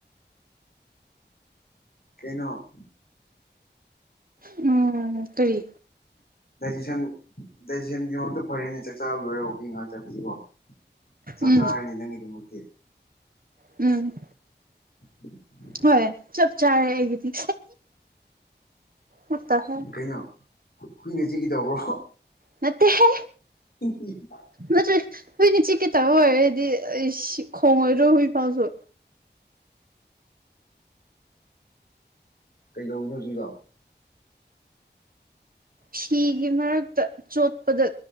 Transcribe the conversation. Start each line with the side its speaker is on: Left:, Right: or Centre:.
Left: ꯀꯩꯅꯣ
Right: ꯎꯝ ꯀꯔꯤ
Left: ꯗꯥꯏꯖꯦꯁꯟ ꯗꯥꯏꯖꯦꯁꯟꯒꯤꯗꯃꯛꯇ ꯐꯔꯦꯅꯦ ꯆꯥꯛ ꯆꯥꯕ ꯂꯣꯏꯔꯦ ꯑꯣꯀꯤ ꯉꯥꯏꯍꯥꯛ ꯆꯠꯄꯁꯤꯀꯣ ꯆꯞ
Right: ꯎꯝ
Left: ꯆ ꯍꯥꯏꯅꯤ ꯅꯪꯒꯤꯗꯃꯛꯇꯤ
Right: ꯎꯝ
Left: <inaudible>
Right: ꯍꯣꯏ ꯆꯞ ꯆꯥꯔꯦ ꯑꯩꯒꯤꯗꯤ ꯎꯝ ꯇꯥꯏ
Left: ꯀꯩꯅꯣ ꯍꯨꯏꯅꯁꯤꯒꯗꯧꯕ꯭ꯔꯣ
Right: ꯅꯇꯦꯍꯦ
Left: <unintelligible>
Right: ꯅꯠꯇ꯭ꯔꯦ ꯍꯣꯏꯅ ꯆꯤꯀꯩ ꯇꯥꯕ ꯑꯣꯏꯔꯗꯤ ꯑꯩ ꯈꯣꯡꯉꯣꯏꯔꯣ ꯍꯣꯏ ꯄꯥꯎꯁꯨ
Left: ꯀꯩꯗꯧꯏꯅꯣ ꯍꯧꯖꯤꯛꯗꯣ
Right: ꯐꯤꯒꯤ ꯃꯔꯛꯇ ꯆꯣꯠꯄꯗ